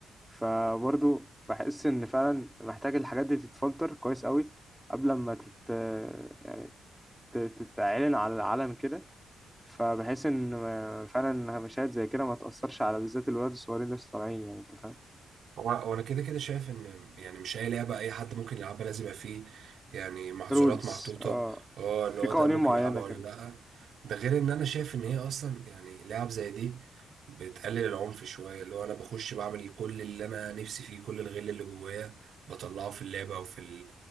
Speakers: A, in the centre; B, on the right (about 70°).
A: فبرضه بحس ان فعلا محتاج الحاجات دي تتفلتر كويس قوي قبل ما تت يعني تت- تتعلن على العلن كده فبحيث ان ما- فعلا مشاهد زي كده ما تأثرش على بالذات الولاد الصغيرين اللي لسه طالعين يعني انت فاهم
B: هو هو انا كده كده شايف ان يعني مش اي لعبه اي حد ممكن يلعبها لازم يبقى فيه يعني محظورات
A: رولز
B: محطوطه
A: اه
B: اه
A: في
B: اللي هو
A: قوانين
B: ده ممكن
A: معينة
B: يلعبها
A: كده
B: ولا لا ده غير ان انا شايف ان هي اصلا يعني لعب زي دي بتقلل العنف شويه اللي هو انا بخش بعمل كل اللي انا نفسي فيه كل الغل اللي جوايا بطلعه في اللعبه او في ال...